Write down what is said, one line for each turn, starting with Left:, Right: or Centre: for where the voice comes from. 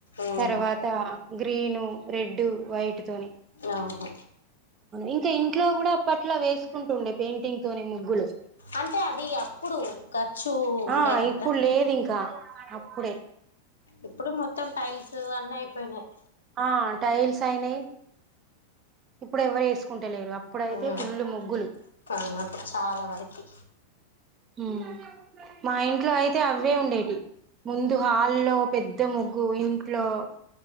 Left: ఉమ్
Right: తర్వాత గ్రీను రెడ్డు వైట్ తోని
Left: అవును
Right: ఇంకా ఇంట్లో కూడా అప్పట్లో వేసుకుంటుండే పెయింటింగ్ తోనే ముగ్గులు
Left: అంటే అది అప్పుడు ఖర్చు ఉండే
Right: ఆ
Left: కదా
Right: ఇప్పుడు లేదు ఇంకా అప్పుడే
Left: ఇప్పుడు మొత్తం టైల్స్ అన్నయిపోయినాయ్
Right: ఆ టైల్స్ అయినాయి ఇప్పుడు ఎవరు వేసుకుంటు టలేరు అప్పుడయితే
Left: ఉమ్
Right: ఫుల్లు ముగ్గులు
Left: అవును అప్పుడు చాలా వరకి
Right: మ్మ్ మా ఇంట్లో అయితే అవ్వే ఉండేటివి ముందు హాల్లో పెద్ద ముగ్గు ఇంట్లో